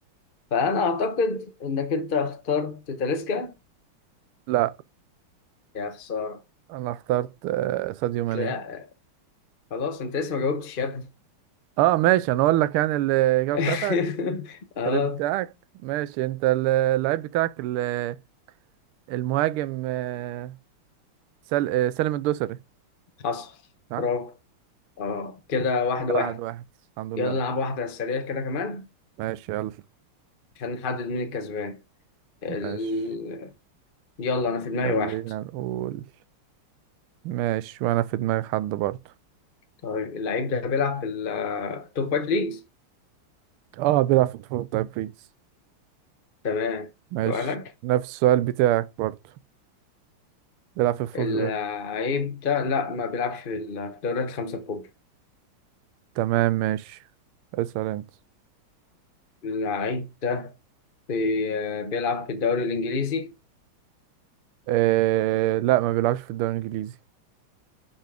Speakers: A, on the left; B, on the right.
A: فانا اعتقد انك انت اخترت تاليسكا
B: لا
A: يا خسارة
B: انا اخترت آه ساديو ماني
A: لا خلاص انت لسه ما جاوبتش يا ابني
B: اه ماشي انا اقول لك يعني الاجابه بتاعتك
A: <laughs> اه
B: الفريق بتاعك ماشي انت ال- اللعيب بتاعك ال- المهاجم آه، سل... آه، سالم الدوسري
A: حصل
B: صح
A: برافو اه كده واحد
B: كده
A: واحد
B: واحد واحد الحمد لله
A: يلا نلعب واحدة على السريع كده كمان
B: ماشي يلا
A: عشان نحدد مين الكسبان ال...
B: ماشي
A: يلا أنا في دماغي
B: خلينا
A: واحد
B: نقول ماشي وانا في دماغي حد برضه
A: طيب اللعيب ده بيلعب في ال- في التوب فايف ليجز
B: اه بيلعب في الفوز طيب بيس
A: تمام
B: ماشي
A: سؤالك
B: نفس السؤال بتاعك برضه بيلعب في الفوز
A: اللعيب ده لا ما بيلعبش في ال- في الدوريات الخمسة الكبرى
B: تمام ماشي اسأل انت
A: اللعيب ده بي... بيلعب في الدوري الإنجليزي
B: آه... لا ما بيلعبش في الدوري الانجليزي